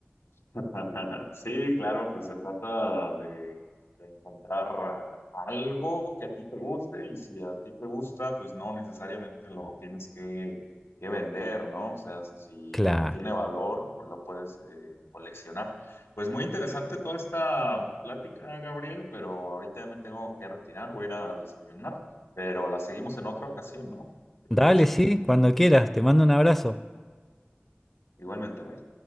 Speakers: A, on the left; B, in the centre.
A: <laughs> Sí, claro, pues se trata de, de encontrar algo que a ti te guste y si a ti te gusta, pues no necesariamente lo tienes que, que vender, ¿no? O sea, si
B: Claro.
A: tiene valor, pues lo puedes eh, coleccionar. Pues muy interesante toda esta plática, Gabriel, pero ahorita ya me tengo que retirar, voy a ir a desayunar, pero la seguimos en otra ocasión, ¿no? ¿Qué
B: Dale,
A: te parece?
B: sí, cuando quieras. Te mando un abrazo.
A: Igualmente, bye.